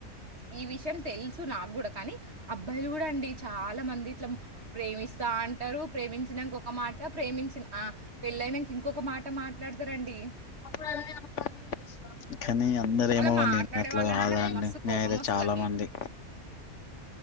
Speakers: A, on the right (about 50°); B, on the left (about 60°).
A: ఈ విషయం తెలుసు నాకు కూడా కానీ, అబ్బాయిలు కూడా అండి చాలా మంది ఇట్ల ప్రేమిస్తా అంటారు ప్రేమించినంక ఒక్ ఒక మాట ప్రేమించిన ఆ పెళ్ళైనంక ఇంకొక మాట మాట ట్లాడుతారండి.
B: అప్పుడు <inaudible> <inaudible> చేసిన కానీ అందరూ
A: అలా
B: ఏమో గాని
A: మాట్లాడే
B: నేను అట్ల
A: వాళ్ళంటే
B: కాదు
A: నాకు
B: అండి
A: మస్తు కోపమొస్తదండి.
B: నేనైతే చాలా మంది